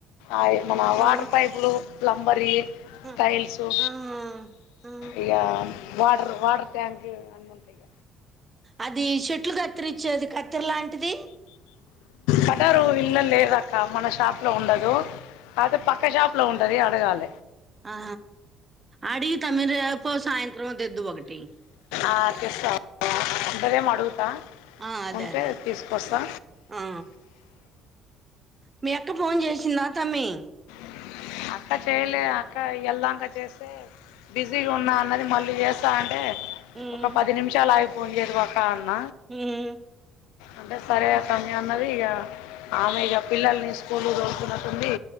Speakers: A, on the left; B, on the right.
A: అయ్ మన వాటర్
B: ఆ
A: పైపులు ప్లంబర్యి
B: ఆ
A: టైల్సు
B: ఆ ఆ
A: ఇగ వాటర్ వాటర్ ట్యాంక్లు అన్ని ఉంటాయి ఇగ
B: అది చెట్లు కత్తిరిచ్చేది కత్తిర లాంటిది
A: కటారు ఇల్ళ లేదక్క మన షాప్ లో ఉండదు అది పక్క షాప్ లో ఉంటది అడగాలి
B: ఆ అడిగి తమ్మి రేపో సాయంత్రమో తెద్దువు ఒకటి
A: ఆ తెస్త ఉంటదేమో అడుగుతా
B: ఆ అదే
A: ఉంటే
B: అదే
A: తీసుకొస్తా
B: ఆ మీ అక్క ఫోన్ చేసిందా తమ్మీ
A: అ అక్క చేయలే అక్క వెళ్దాక చేసి బిజీగా ఉన్నా అన్నది మళ్ళీ చేస్తా అంటే
B: ఉమ్
A: ఒక పది నిమిషాలు ఆగి ఫోన్ చేదువాకా అన్న
B: ఉమ్
A: అంటే సరే తమ్మీ అన్నది ఇగ ఆమె ఇగ పిల్లల్ని స్కూల్ తోలుకున్నట్టుంది